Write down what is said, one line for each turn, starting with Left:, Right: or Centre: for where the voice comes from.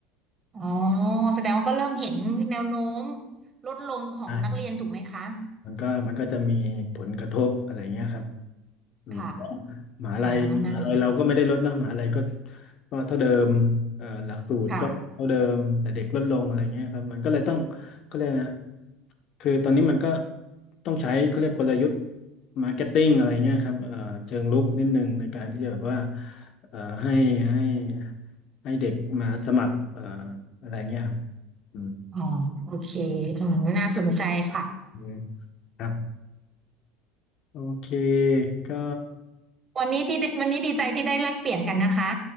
Right: อ๋อแสดงว่าก็เริ่มเห็นแนวโน้มลดลงของนักเรียนถูกไหมคะ
Left: ใช่มันก็มันก็จะมีผลกระทบอะไรเงี้ยครับอืม
Right: ค่ะ
Left: มหาลัยมหาลัยเราก็ไม่ได้ลดเนาะมหาลัยก็
Right: อ๋อน่าสนใจ
Left: ก็เท่าเดิมเอ่อหลักสูตรก็เท่าเดิมแต่เด็กลดลงอะไรเงี้ยครับมันก็เลยต้อง
Right: ค่ะ
Left: ก็เลยกนะคือตอนนี้มันก็ต้องใช้เขาเรียกกลยุทธ์มาร์เก็ตติ้งอะไรเงี้ยครับเอ่อเชิงรุกนิดนึงในการที่จะแบบว่าเอ่อให้ให้ให้เด็กมาสมัครเอ่ออะไรเงี้ยครับอืม
Right: อ๋อโอเคอืมน่าสนใจค่ะ
Left: อืมครับโอเคก็
Right: วันนี้ที่ได้วันนี้ดีใจที่ได้แลกเปลี่ยนกันนะคะ